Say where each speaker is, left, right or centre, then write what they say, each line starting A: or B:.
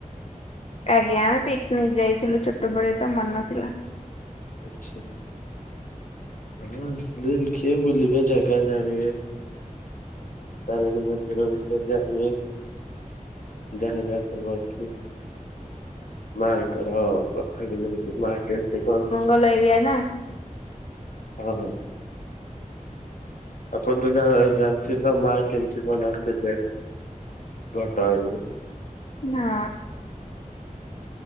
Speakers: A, on the left; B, on the left.
A: ଆଜ୍ଞା। ପିକନିକ୍ ଯାଇଥିଲୁ ଛୋଟବେଳେ ତ ମନେ ନଥିଲା।
B: ଆଚ୍ଛା। <unintelligible> ଆସିଲେ ଦେଖିବେ ବୁଲିିବେ ଜାଗା ଜାଣିବେ। ତାରେଣୀ ମନ୍ଦିର ବିଷୟରେ ଜାଣିବେ। ଯାହା ଯାହା ସବୁ ଅଛି। ମାଙ୍କର କଥା କେମିତି ମା କେମତି କଣ?
A: ଭଲ ଏରିଆ ନା।
B: ହଁ ହଁ। ଆପଣ ତ ଗାଁ ଜାଣିଥିବେ ତ ମା କେମତି କଣ ଆସିଲେ? ଘଟଗାଁ ଯିବେ।
A: ନା।